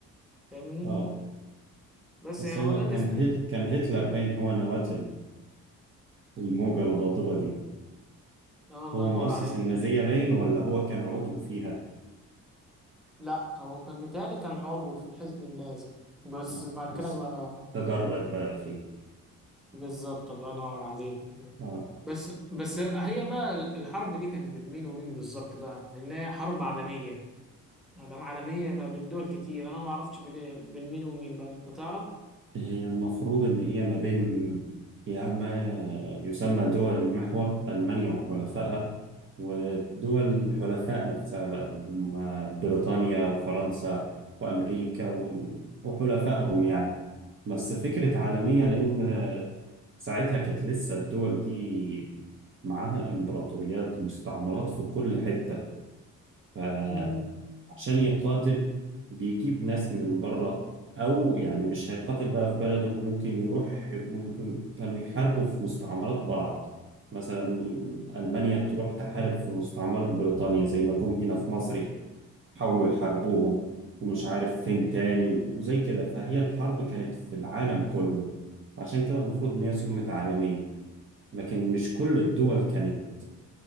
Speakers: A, in the centre; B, on the right (about 35°).
A: فاهمني
B: أه
A: بس
B: بس
A: يعني
B: هو
A: هو ده اللي
B: كان
A: سمعته
B: هت... كان هتلر باين هو نواة الموجة الغاضبة دي
A: آه الله
B: هو
A: ينور
B: مؤسس
A: عليك
B: النازية
A: الحق
B: باين ولا هو كان عضو فيها
A: لا هو كان متهيألي كان عضو في الحزب النازي بس
B: اه
A: بعد
B: بس
A: كده بقى
B: تدرج بقى فيه
A: بالظبط الله ينور عليك
B: اه
A: بس بس هي بقى الحرب دي كان بين مين ومين بالظبط بقى لان هي حرب عالميه ما دام عالميه يبقى بين دول كتير انا ما اعرفش بين إيه، بين مين ومين بقى انت تعرف
B: هي المفروض ان هي ما بين هي ما يسمى دول المحور ألمانيا وحلفائها ودول الحلفاء نفسها بقى اللي هم بريطانيا وفرنسا وأمريكا وال- وحلفائهم يعني بس فكرة عالمية لأن ساعتها كانت لسه الدول دي معاها إمبراطوريات مستعمرات في كل حتة فعشان
A: مم.
B: يقاتل بيجيب ناس من بره أو يعني مش هيقاتل بقى في بلده ممكن يروح ممكن كانوا يحاربوا في مستعمرات بعض مثلا ألمانيا تروح تحارب في مستعمرة بريطانيا زي ما جم هنا في مصر حاولوا يحاربوهم ومش عارف فين تاني وزي كده فهي الحرب كانت في العالم كله عشان كده المفروض إن هي سمت عالمية لكن مش كل الدول كانت